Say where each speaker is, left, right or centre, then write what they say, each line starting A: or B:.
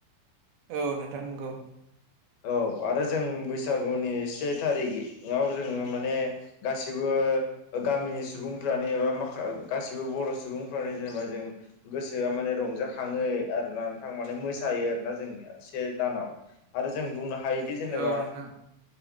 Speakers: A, on the right (about 90°); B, on the left (about 80°).
A: औ नोंथां नंगौ
B: औ आरो जों बैसागुनि से थारिखआव जोङो माने गासिबो बो गामिनि सुबुंफ्रानो एबा गासिबो बर' सुबुंफ्रानो जेनेबा जों गोसो माने रंजाखाङो आरोना नोंथां माने मोसायो आरो ना जोंनिया से दानाव आरो जों बुंनो हायोदि जेनेबा
A: औ नोंथां